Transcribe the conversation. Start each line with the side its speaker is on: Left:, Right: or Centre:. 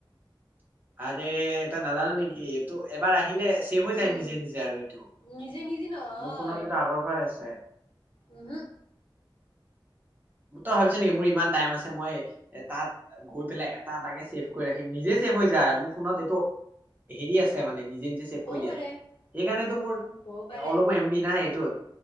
Right: আৰে তই নাজানো নেকি এইটো এবাৰ আহি হিলে ছেভ হৈ
Left: উম
Right: যায় নিজে নিজে আৰু এইটো।
Left: নিজে নিজে নহয়
Right: মোৰ ফোনত <unintelligible> আগৰ পৰাই আছে।
Left: উমহু
Right: ম তই ভাবিছ নেকি মোৰ ইমান টাইম আছে, মই তাত গৈ পেলাই এটা এটাকে ছেভ কৰি ৰাখি নিজে ছেভ হৈ যায় মোৰ ফোনত এইটো হেৰি আছে ছে মানে নিজে নিজে ছেভ
Left: হ'বও
Right: কৰি দিয়াটো,
Left: পাৰে
Right: সেইকাৰণেটো মোৰ
Left: থাকবও পাৰে
Right: অলপো এম বি নাই এইটোত